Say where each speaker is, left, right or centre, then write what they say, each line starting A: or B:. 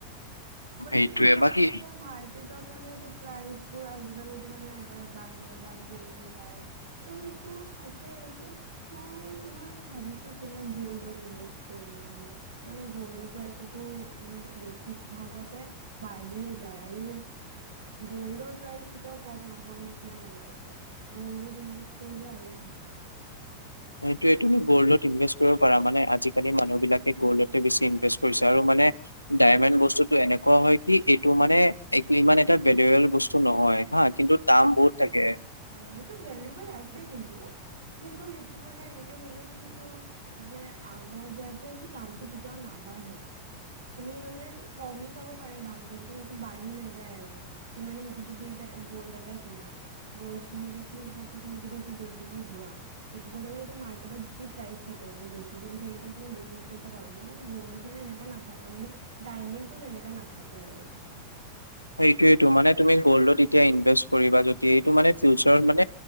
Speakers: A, on the right; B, on the left.
A: মানে
B: সেইটোয়ে
A: কি হয়,
B: বাকী
A: কি এতিয়া মাৰ্ক ক্ৰিটত মানে, এইটো প্ৰাইছবোৰ আজিকালি এটো মানে এবাৰ বাঢ়ে, এইবাৰ কমি যায়। ত' সেইটো থাকে। এতিয়া, মই- মই ভাবিছো, <unintelligible> গল্ডৰ ইনভেষ্ট কৰিব কাৰণে। মানে গ'ল্ডৰ প্ৰাইচটো মানে বেছিক ভাগতে বাঢ়িয়ে যায় আৰু গ'ল্ডৰ প্ৰাইচ কেতিয়াও কম নহয় নিচিনাই লাগে ন তক গ'ল্ডত ইনভেষ্ট কৰিলে আৰু ভাল।
B: সেইটোৱে তুমি গ'ল্ডত ইনভেষ্ট কৰিব পাৰ মানে আজিকালি মানুহ বিলাকে গ'ল্ডতে বেছি ইনভেষ্ট কৰিছে আৰু মানে ডায়মেণ্ড বস্তুটো এনেকুৱা হয় কি এই টো মানে এক্নি ইমান এটা গেডোৱেল বস্তু নহয় হা কিন্তু দাম বহুত থাকে।
A: অহ সেইটো ভেলবেল আছে কিন্তু কিন্তু সেইটো মানে এনেকে হৈ যায় কি সেইটো মানে আগত যায় পেলাই সেইটো দামতটো কেতিয়াওঁ নাবাঢ়ে তুমি মানে কমি যাব পাৰে দামটো লেকিন সেইটো বাঢ়ি নাযায় আৰু তুমি মানে সেইটো বস্তু যদি এতিয়া গ'ল্ড এটা কিনা গ'ল্ড কিনিলে কি হব তুমি যদি সেইটো বেচিব যোৱা বেচিব গ'লে এতিয়া মাৰ্কেটত যি প্ৰাইজ থাকিব মানে বেছি যদি থাকে তুমি বেছি পইচা পাবা ন কিন্তু গল্ডত মানে এনেকা এনেকা নাথাকে মানে ডাইমন্দটো তেনেকা নাথাকে আৰু
B: সেইটোৱেটো মানে তুমি গ'ল্ড ই এতিয়া ইনভেষ্ট কৰিবা যদি এইটো মানে ফিউচাৰ মান